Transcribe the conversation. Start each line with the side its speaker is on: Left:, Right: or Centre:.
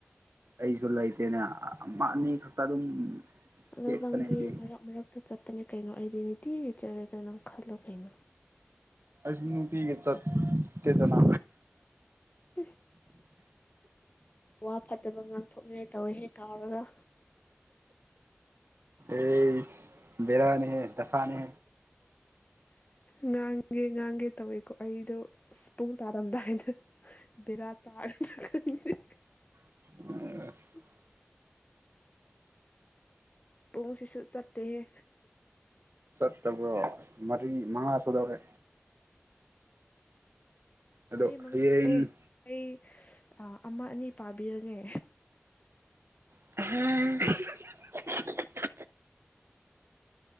Right: ꯑꯩꯁꯨ ꯂꯩꯇꯦꯅꯦ ꯃꯥ ꯑꯅꯤ ꯈꯛꯇ ꯑꯗꯨꯝ
Left: ꯑꯣ
Right: ꯁꯦꯠꯄꯅꯦ
Left: ꯅꯪꯗꯤ
Right: ꯑꯩꯗꯤ
Left: ꯃꯔꯛ ꯃꯔꯛꯇ ꯆꯠꯄꯅꯦ ꯀꯩꯅꯣ ꯑꯩꯗꯤ ꯅꯨꯡꯅꯤꯇꯤꯒꯤ ꯆꯠꯂꯦꯗꯅ ꯈꯜꯂꯣ ꯀꯩꯅꯣ
Right: ꯑꯩꯁꯨ ꯅꯨꯡꯇꯤꯒꯤ ꯆꯠꯇꯦꯗꯅ
Left: <unintelligible> ꯋꯥ ꯐꯠꯇꯕ ꯉꯥꯡꯊꯣꯛꯅꯤꯡꯉꯥꯏ ꯇꯧꯋꯦ ꯍꯦꯛ ꯀꯥꯎꯔꯒ
Right: ꯑꯩꯁꯁ ꯕꯦꯔꯥꯅꯦ ꯍꯦ ꯗꯁꯥꯅꯦ
Left: ꯉꯥꯡꯒꯦ ꯉꯥꯡꯒꯦ ꯇꯧꯋꯦꯀꯣ ꯑꯩꯗꯣ ꯄꯨꯡ ꯇꯥꯔꯝꯗꯥꯏꯗ ꯕꯦꯔꯥ ꯇꯥꯔ <unintelligible>
Right: <unintelligible>
Left: <unintelligible> ꯄꯨꯡ ꯁꯤꯁꯨ ꯆꯠꯇꯦꯍꯦ
Right: ꯆꯠꯇꯕ꯭ꯔꯣ ꯃꯔꯤ ꯃꯉꯥ ꯁꯨꯗꯧꯔꯦ ꯑꯗꯣ
Left: ꯃꯔꯤ ꯃꯉꯥ
Right: ꯍꯌꯦꯡ
Left: ꯑꯦꯦ ꯑꯩ ꯑ ꯑꯃ ꯑꯅꯤ ꯄꯥꯕꯤꯔꯒꯦ
Right: <unintelligible>